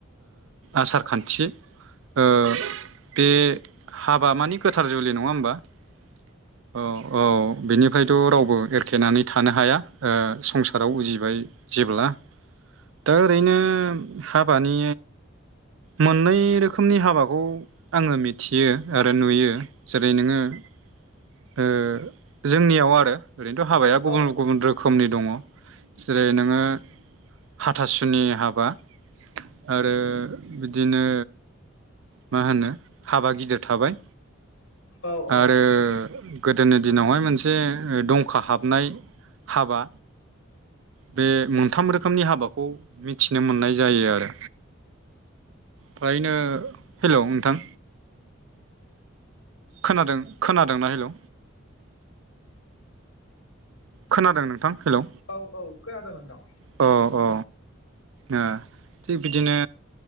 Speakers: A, on the right; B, on the left.
A: आसार ओ खान्थि। ओ बे हाबा माने गोथार जुलि नङा होमबा? औ औ। बेनिफ्रायथ' रावबो एरखेनानै थानो हाया ओ संसार राव उजिबाय जेब्ला दा ओरैनो हाबानि मोननै रो रोखोमनि हाबाखौ आङो मिथियो आरो नुयो। जेरै नोङो ओं। जोंनियाव आरो। ओरैनोथ' हाबाया गुबुन
B: औ
A: गुबुन रोखोमनि दङ जेरै नोङो हाथासुनि हाबा आरो बिदिनो। मा होनो हाबा गिदिर थाबाय।
B: औ
A: आरो
B: औ
A: गोदोनि दिनावहाय मोनसे दंखा हाबनाय हाबा बे मोनथाम रोखोमनि हाबाखौ मिथिनो मोननाय जायो आरो फ्रायनो हेल' नोंथां खोनादों खोनादोंना? हेलौ खोनादों नोंथां हेलौ
B: औ औ खोनादों नोंथां
A: अ अ ओ थिग बिदिनो